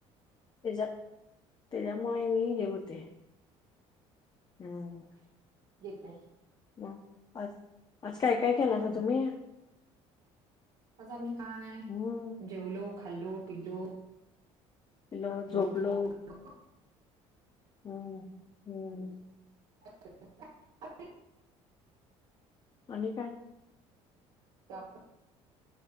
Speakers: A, on the left (about 30°); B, on the right (about 75°).
A: त्याच्या त्याच्या माय मी घेवते. हम्
B: <unintelligible>
A: हो आज आज काय काय केलासा
B: होय
A: तुम्ही?
B: आज म्ही काय
A: हम्म
B: जेवलो, खाल्लो, पिलो
A: पिलो झोपलो
B: बस <unintelligible>
A: हम्म हम्म
B: अ <unintelligible>
A: आणि काय?
B: त्या